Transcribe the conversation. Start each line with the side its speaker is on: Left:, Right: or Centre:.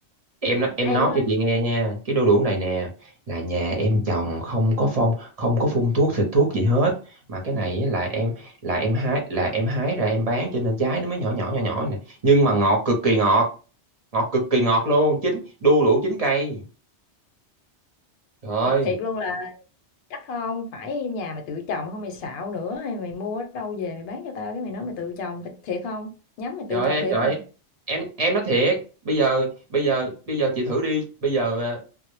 Right: em nói
Left: Mày
Right: em
Left: hay
Right: nói
Left: quá
Right: cho chị nghe nha cái đu đủ này nè là nhà em trồng không có phong không có phun thuốc xịt thuốc gì hết mà cái này á là em là em hái là em hái ra em bán cho nên trái nó mới nhỏ nhỏ nhỏ nhỏ này nhưng mà ngọt cực kỳ ngọt ngọt cực kỳ ngọt luôn chín đu đủ chín cây trời ơi,
Left: thiệt, thiệt luôn là chắc không phải nhà mày tự trồng không mày xạo nữa hay mày mua ở đâu về mày bán cho tao cái mày nói mày tự trồng thiệt, thiệt không nhắm mày tự
Right: trời
Left: trồng
Right: ơi,
Left: thiệt
Right: trời
Left: không
Right: ơi. em em nói thiệt bây giờ bây giờ bây giờ chị thử đi bây giờ ờ,